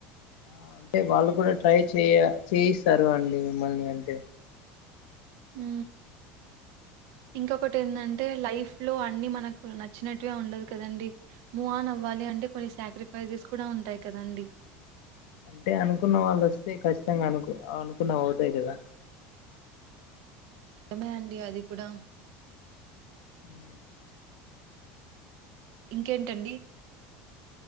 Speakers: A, on the left (about 80°); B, on the right (about 65°).
A: ఆ! అంటే వాళ్ళు కూడా ట్రై చేయ చేయిస్తారు అండి మిమ్మల్ని అంటే
B: ఉ ఇంకొకటి ఏంటంటే లైఫ్ లో అన్ని మనకు నచ్చినట్గా ఉండదు కదండి మూవ్ ఆన్ అవ్వాలి అంటే కొన్ని సాక్రిఫైసెస్ కూడా ఉంటాయి కదండి
A: అంటే అనుకున్న వాళ్ళు వస్తే ఖచ్చితంగా అనుకు అనుకున్న అవుతాయి కదా
B: నిజమే అండి అది కూడా
A: <unintelligible>
B: ఇంకేంటండి